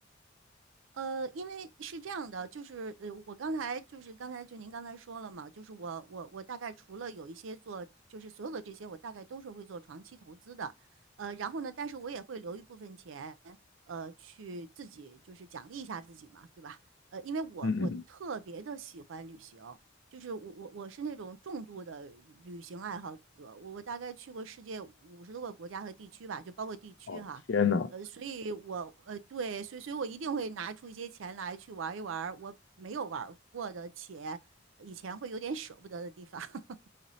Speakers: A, on the right (about 85°); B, on the left (about 65°).
A: 呃，因为是这样的，就是呃，我刚才就是刚才就您刚才说了嘛，就是我我我大概除了有一些做，就是所有的这些我大概都是会做长期投资的，呃，然后呢，但是我也会留一部分钱，呃，去自己就是奖励一下自己嘛，对吧？呃，因为我我特别的喜欢旅行，
B: 嗯嗯嗯。
A: 就是我我我是那种重度的旅行爱好者，我我大概去过世界五十多个国家和地区吧，就包括地区哈，
B: 哦，天呐，
A: 呃，所以我呃对，所以所以我一定会拿出一些钱来去玩一玩我没有玩过的，且以前会有点舍不得的地方。<laughs>